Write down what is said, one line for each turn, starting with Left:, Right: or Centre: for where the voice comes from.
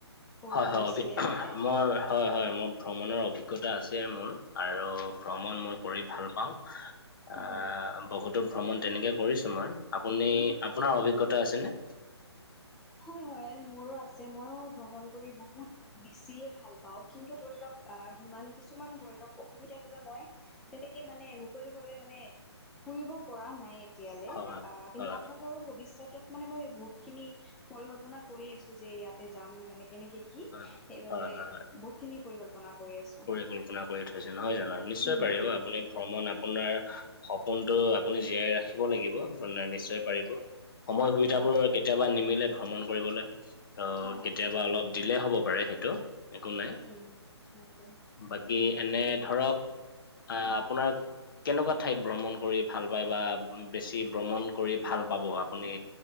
Centre: কৰ'বাত
Left: হয়, হয়
Centre: গৈছিলে
Left: অভি
Centre: আগতে
Left: মই হয়, হয় মোৰ ভ্ৰমণৰ অভিজ্ঞতা আছে মোৰ আৰু ভ্ৰমণ মই কৰি ভাল পাওঁ আহ,
Centre: হুম
Left: ভকতৱ ভ্ৰমণ তেনেকে কৰিছো মই আপুনি
Centre: হুম
Left: আপোনাৰ অভিজ্ঞতা আছে নে?
Centre: হয়, হয় মোৰো আছে মইো ভ্ৰমণ কৰি বহুত বেছিয়ে ভাল পাওঁ কিন্তু ধৰি লওক আহ সিমান কিছুমান ধৰি লওক অসুবিধাৰ বাবে মই তেনেকে মানে মুকলি ভাৱে মানে ফুৰিব পৰা নাই। তেতিয়ালে
Left: হয়
Centre: অ', কিন্তু
Left: হয়
Centre: আশা কৰো ভৱিষ্যৎতত মানে মই বহুত খিনি পৰিকল্পনা কৰি আছো যে ইয়াতে যাম মানে কেনেকে কি
Left: হয়
Centre: সেইবাবে
Left: হয় হয় হয়
Centre: বহুত খিনি পৰিকল্পনা কৰি আছো হম,
Left: পৰিকল্পনা কৰি থৈছে নহয় জানো নিশ্চয় পাৰিব
Centre: হম।
Left: আপুনি ভ্ৰমণ আপোনাৰ সপোনতটো আপুনি জীয়াই ৰাখিব লাগিব মানে নিশ্চয় পাৰিব। সময় সুবিধাবোৰ
Centre: হয়
Left: কেতিয়াবা নিমিলে ভ্ৰমণ কৰিবলৈ আৰু
Centre: হয় হয়
Left: কেতিয়াবা অলপ দিলে হ'ব পাৰে সেইটো। একো নাই
Centre: উম, উম সেইটোৱেই।
Left: বাকী এনে ধৰক আ, আপোনাৰ কেনেকুৱা ঠাইত ভ্ৰমণ কৰি ভাল পায় বা বেছি ভ্ৰমণ কৰি ভাল পাব আপুনি?